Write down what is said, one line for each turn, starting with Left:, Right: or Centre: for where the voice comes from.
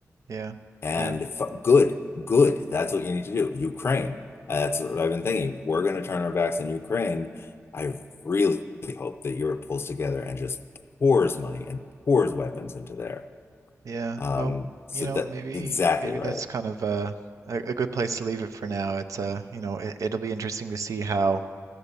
Right: Yeah.
Left: And
Right: Yeah.
Left: f good, good. That's what you need to do. Ukraine. That's what I've been thinking. We're going to turn our backs on Ukraine. I really hope that Europe pulls together and just pours money and pours weapons into there.
Right: Yeah,
Left: Um,
Right: well,
Left: so
Right: you know,
Left: that
Right: maybe
Left: exactly
Right: maybe
Left: right.
Right: that's kind of uh, a a good place to leave it for now. It's uh, you know, it, it'll be interesting to see how